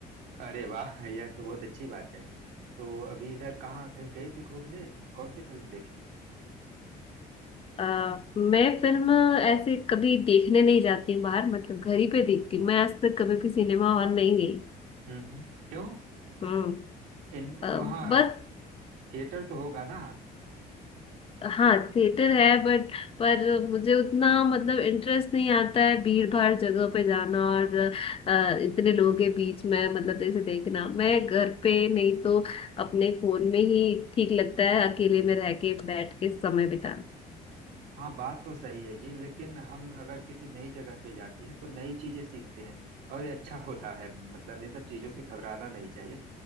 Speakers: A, on the right (about 80°); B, on the left (about 35°).
A: अरे वाह यह तो बहुत अच्छी बात है तो अभी इधर कहाँ कहीं गई थी घूमने कौन सी फिल्म देखी
B: अ, मैं फिल्म ऐसे कभी देखने नहीं जाती हूँ बाहर मतलब घर ही पे देखती हूँ मैं आज तक कभी भी सिनेमा हॉल नहीं गई
A: हम्म हम्म। क्यों
B: हम्म
A: इन
B: अ,
A: वहाँ
B: बस
A: थिएटर तो होगा ना
B: हाँ थिएटर है बट पर मुझे उतना मतलब इंटरेस्ट नहीं आता है भीड़ भाड़ जगह पे जाना और अ, इतने लोगों के बीच में मतलब ऐसे देखना मैं घर पे नहीं तो अपने फोन में ही ठीक लगता है अकेले में रह के बैठ के समय बिताना
A: हाँ बात तो सही है जी लेकिन हम अगर किसी नई जगह पे जाते हैं तो नई चीजें सीखते हैं और ये अच्छा होता है मतलब इन सब चीजों से घबराना नहीं चाहिए